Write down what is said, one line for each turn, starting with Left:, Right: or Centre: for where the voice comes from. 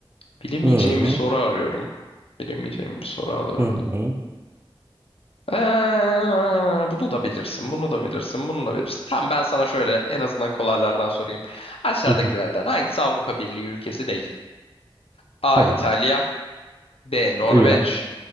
Left: Bilemeyeceğim
Right: Hı
Left: bir soru arıyorum. Bilemeyeceğim bir soru arıyorum.
Right: hı hı
Left: Eee, bunu da bilirsin, bunu da bilirsin, bunu da bilirsin. Tamam ben sana şöyle en azından kolaylardan sorayım. Aşağıdakilerden
Right: hı. hı.
Left: hangisi Avrupa Birliği ülkesi değil? A.
Right: Tabii.
Left: İtalya B. Norveç
Right: Üye.